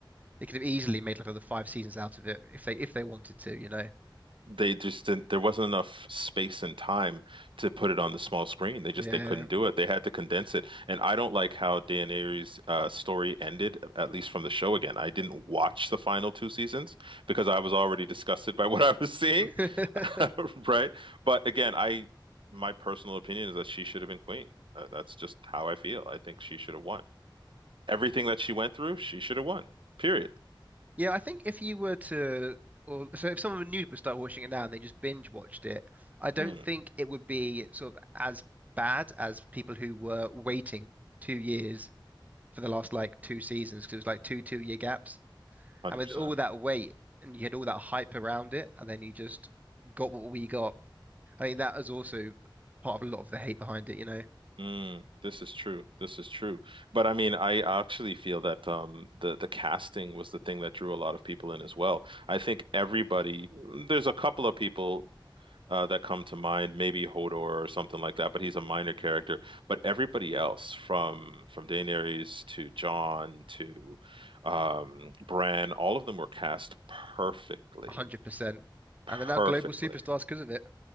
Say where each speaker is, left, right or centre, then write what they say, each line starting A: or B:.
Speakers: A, on the right; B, on the right.
A: they could have easily made like another five seasons out of it if they if they wanted to, you know.
B: they just didn't there wasn't enough space and time to put it on the small screen they just
A: Yeah.
B: they couldn't do it they had to condense it and I don't like how Dan Ariely's uh, story ended at least from the show again I didn't watch the final two seasons because I was already disgusted by <laughs> what I was seeing
A: <laughs>
B: <laughs> right but again I my personal opinion is that she should have been queen Uh, that's just how I feel I think she should have won everything that she went through she should have won period
A: Yeah, I think if you were to, or so if someone new would start watching it now and they just binge watched it, I don't
B: mm,
A: think it would be sort of as bad as people who were waiting two years for the last like two seasons because it was like two two year gaps.
B: 100%
A: And with all that wait and you had all that hype around it, and then you just got what we got. I think that is also part of a lot of the hate behind it, you know,
B: Mm, this is true. This is true. But I mean, I actually feel that um, the the casting was the thing that drew a lot of people in as well. I think everybody, mm, there's a couple of people uh, that come to mind, maybe Hodor or something like that, but he's a minor character. But everybody else, from from Daenerys to Jon to um, Bran, all of them were cast perfectly,
A: 100%.
B: perfectly.
A: And they're now global superstars because of it.